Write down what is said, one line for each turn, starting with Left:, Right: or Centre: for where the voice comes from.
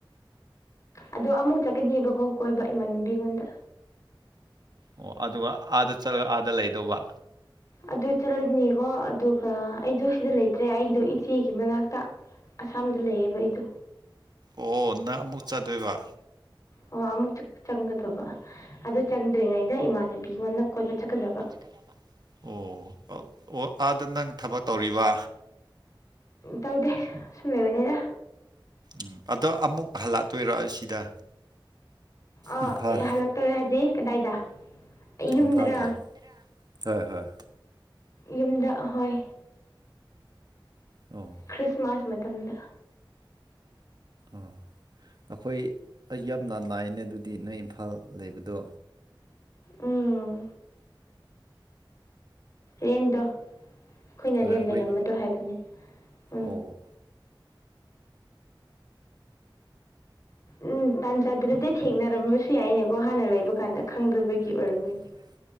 Left: ꯑꯗꯣ ꯑꯃꯨꯛ ꯆꯠꯀꯅꯦꯕꯀꯣ ꯀꯣꯏꯕ ꯏꯃꯟꯕꯤꯉꯣꯟꯗ
Right: ꯑꯣ ꯑꯗꯨꯒ ꯑꯥꯗ ꯆꯠꯂꯒ ꯑꯥꯗ ꯂꯩꯗꯧꯕ
Left: ꯑꯗꯨ ꯆꯠꯂꯅꯤꯀꯣ ꯑꯗꯨꯒ ꯑꯩꯗꯣ ꯁꯤꯗ ꯂꯩꯇ꯭ꯔꯦ ꯑꯩꯒꯤꯗꯣ ꯏꯆꯦꯒꯤ ꯃꯅꯥꯛꯇ ꯑꯁꯥꯝꯗ ꯂꯩꯌꯦꯕ ꯑꯩꯗꯣ
Right: ꯑꯣ ꯅꯪ ꯑꯃꯨꯛ ꯆꯠꯗꯣꯏꯕ
Left: ꯑꯣ ꯑꯃꯨꯛ ꯆꯪ ꯆꯪꯒꯗꯧꯕ ꯑꯗꯨ ꯆꯪꯗ꯭ꯔꯤꯉꯩꯗ ꯏꯃꯥꯟꯅꯕꯤꯉꯣꯟꯅ ꯀꯣꯏꯕ ꯆꯠꯀꯗꯕ
Right: ꯆꯠꯀꯗꯕ ꯑꯣ ꯑꯣ ꯑꯥꯗ ꯅꯪ ꯊꯕꯛ ꯇꯧꯔꯤꯕ
Left: ꯇꯧꯗꯦ ꯁꯨꯝ ꯂꯩꯕꯅꯤꯗ
Right: ꯎꯝ ꯑꯗꯣ ꯑꯃꯨꯛ ꯍꯜꯂꯛꯇꯣꯏꯔꯣ ꯑꯁꯤꯗ
Left: ꯑ
Right: ꯏꯝꯐꯥꯜ
Left: ꯍꯜꯂꯛꯇꯣꯏꯔ ꯍꯥꯏꯗꯤ ꯀꯗꯥꯏꯗ ꯑꯩ ꯌꯨꯝꯗꯔꯣ
Right: ꯏꯝꯐꯥꯜꯗ ꯍꯣꯏ ꯍꯣꯏ
Left: ꯌꯨꯝꯗ ꯍꯣꯏ
Right: ꯑꯣ
Left: ꯈ꯭ꯔꯤꯁꯃꯥꯁ ꯃꯇꯝꯗ
Right: ꯑ ꯑꯩꯈꯣꯏ ꯑꯥ ꯌꯥꯝꯅ ꯅꯥꯏꯌꯦꯅꯦ ꯑꯗꯨꯗꯤ ꯅꯣꯏ ꯏꯝꯐꯥꯜ ꯂꯩꯕꯗꯣ
Left: ꯎꯝ ꯔꯦꯟꯗ ꯑꯩꯈꯣꯏꯅ
Right: ꯍꯣꯏ
Left: ꯔꯦꯟ
Right: ꯑꯩꯈꯣꯏ
Left: ꯂꯩꯔꯝꯕꯗꯣ ꯍꯥꯏꯕꯅꯦ ꯎꯝ
Right: ꯑꯣ
Left: ꯎꯝ ꯆꯥꯗ꯭ꯔꯗꯤ
Right: ꯇꯥꯟ ꯆꯥꯗ꯭ꯔꯗꯤ
Left: ꯊꯦꯡꯅꯔꯝꯕꯁꯨ
Right: ꯊꯦꯡꯅꯔꯝꯕ
Left: ꯌꯥꯏꯅꯦꯀꯣ ꯍꯥꯟꯅ
Right: ꯁꯨ ꯌꯥꯏꯅꯦ
Left: ꯂꯩꯕ
Right: ꯑꯃꯨꯛ
Left: ꯀꯥꯟꯗ
Right: ꯍꯥꯟꯅꯥ
Left: ꯈꯪꯗꯕꯒꯤ
Right: ꯂꯩꯕ ꯀꯗ ꯈꯪꯗꯕꯒꯤ
Left: ꯑꯣꯏꯔꯝꯒꯅꯤ
Right: ꯑꯣꯏꯔꯝ